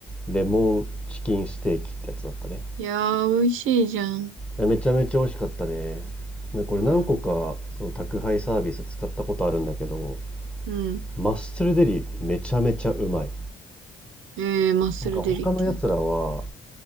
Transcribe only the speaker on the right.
いやー、美味しいじゃん。
うん。うん。
えー、マッスルデリって言うんだ。